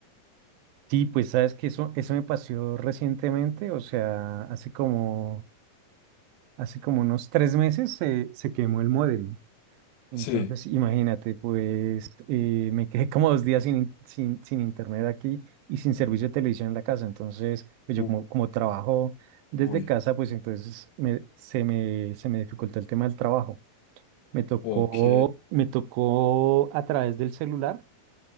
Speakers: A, on the right; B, on the left.
A: Sí, pues sabes que eso, eso me pasó recientemente, o sea, hace como, hace como unos tres meses se, se quemó el módem. Entonces,
B: Sí.
A: imagínate, pues eh, me quedé <laughs> como dos días sin, in- sin, sin internet aquí y sin servicio de televisión en la casa. Entonces, pues
B: U-
A: yo como, como trabajo desde
B: Uy.
A: casa, pues entonces me- se me, se me dificultó el tema del trabajo. Me tocó,
B: Ok.
A: me tocó a través del celular